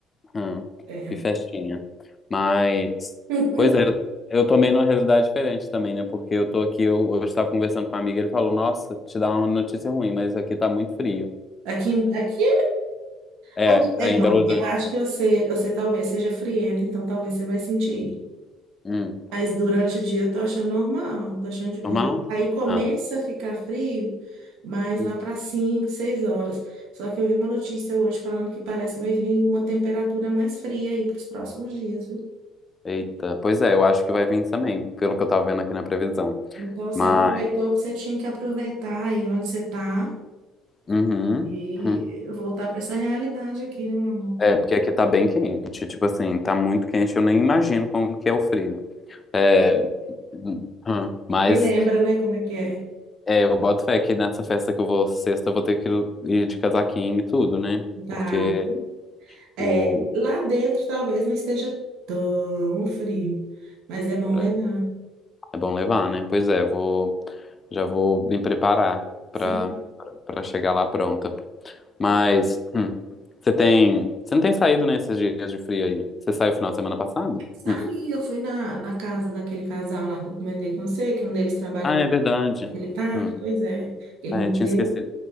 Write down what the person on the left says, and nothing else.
Hum.
Que festinha. Mas,
pois é, eu eu tomei numa realidade diferente também, né? Porque eu tô aqui, eu, hoje estava conversando com um amigo, ele falou, nossa, te dá uma notícia ruim, mas aqui tá muito frio.
É,
aí
em Belo Horizonte.
Hum.
Normal?
Ah.
hum.
Eita, pois é, eu acho que vai vir também, pelo que eu tava vendo aqui na previsão.
Mas,
uhum.
Hum.
É, porque aqui tá bem quente, tipo assim, tá muito quente, eu nem imagino como que é o frio. É, hum, hum, mas
é, eu boto fé que nessa festa que eu vou sexta, eu vou ter que ir de casaquinho e tudo, né?
Porque
o,
é,
é bom levar, né? Pois é, vou, já vou me preparar pra,
pra chegar lá pronta. Mas, hum, você tem, você não tem saído nesses dias de frio aí? Você saiu final de semana passado?
Hum.
Ah,
é verdade.
Hum.
É,
tinha esquecido.